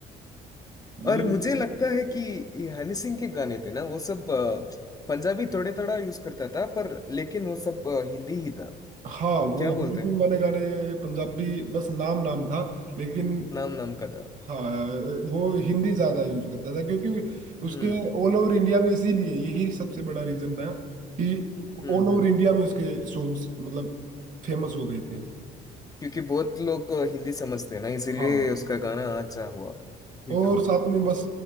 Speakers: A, on the right (about 50°); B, on the left (about 20°).
A: ये
B: और मुझे लगता है कि ये हनी सिंह के गाने थे ना वो सब अ, पंजाबी थोड़े थोड़ा यूज करता था पर लेकिन वो सब अ, हिंदी ही था
A: हाँ वो
B: क्या
A: हनी
B: बोलते
A: सिंह
B: हैं
A: वाले गाने पंजाबी बस नाम नाम था लेकिन
B: नाम नाम का था
A: हाँ वो हिंदी ज्यादा यूज करता था क्योंकि उसके
B: हम्म
A: ऑल ओवर इंडिया में इसीलिए यही सबसे बड़ा रीजन था कि
B: हम्म
A: ऑल ओवर
B: हम्म
A: इंडिया में उसके सॉन्ग्स मतलब फेमस हो गए थे
B: क्योंकि बहुत लोग अ, हिंदी समझते हैं ना इसीलिए
A: हाँ
B: उसका गाना अच्छा हुआ हिट
A: और
B: हुआ
A: साथ में बस